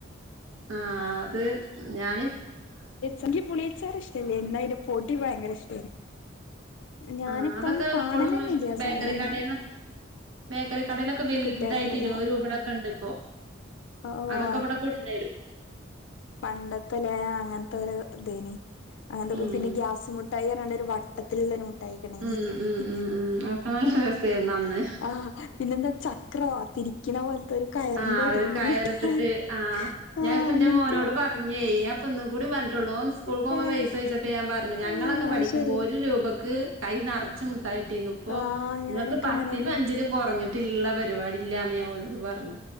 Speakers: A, on the right; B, on the left.
A: ആ അത് ഞാന്.
B: എനിക്ക് പുളിയച്ചാറ് ഇഷ്ടല്ലേ യിരുന്നു എന്നാ അതിന്റെ പൊടി ഭയങ്കര ഇഷ്ട്ടെനി ഞാനിപ്പോഴൊന്നും
A: ആഹ് അതൊക്കെ
B: കാണലെന്നെ
A: ഇപ്പളും
B: ഇല്ലാ
A: ബേക്കറി
B: സാധനം ഒന്നും.
A: കടേന്നൊ ബേക്കറി കടേലൊക്കെ. ക്കെ വലുതായിട്ട്
B: കിട്ടലുണ്ടല്ലേ
A: ഇരുപത് രൂപേടൊക്കെ ഇണ്ട് ഇപ്പോ
B: ഓ
A: അതൊക്കെ ഇവിടെ കൊടുന്നേരും.
B: പണ്ടത്തെല്ല അങ്ങനത്തെ ഒരു ഇതേനി അങ്ങനത്തെ
A: ഉം
B: പിന്നെ ഗ്യാസ് മുട്ട ട്ടായി പറഞ്ഞാണ്ട് ഒരു വട്ടത്തിലുള്ള. <unintelligible>
A: ഉം ഉം
B: ഹി
A: ഉം ഉം അതൊക്കെ നല്ല രസമായിരുന്നു അന്ന്
B: ആഹ് പിന്നെ എന്താ ചക്രവാത്തിരി. പോലത്തെ ഒരു കയറിന്റെറെ
A: ആഹ്
B: വടി
A: ഒരു
B: മുട്ടായി
A: കയറിട്ടിട്ട് ആഹ്
B: ആ്
A: ഞാനിപ്പോ എന്റെ
B: അങ്ങനത്തെ.
A: മോനോട് പറഞ്ഞേ ഞാപ്പൊന്നും കൂടി പറഞ്ഞിട്ടുള്ളൂ സ്കൂൾ
B: ഏ
A: പോകുമ്പോ
B: ഏ
A: പൈസ ചോദിച്ചപ്പോ ഞാൻ പറഞ്ഞെ യ്. ഞങ്ങളൊക്കെ
B: അത്
A: പഠിക്കുമ്പോ
B: ശരി
A: ഒരു രൂപക്ക് കൈ നറചും മുട്ടായിട്ടീന്നു. അപ്പൊ
B: ആഹ് ഞാനൊക്കെ
A: ഇങ്ങക്ക് പത്തില്ന്നും
B: അങ്ങനെയായിരുന്നു
A: അഞ്ചിലും കൊറഞ്ഞിട്ടുള്ള പരിപാടി ഇല്ലാന്ന് ഞാൻ ഓലോട് പറഞ്ഞു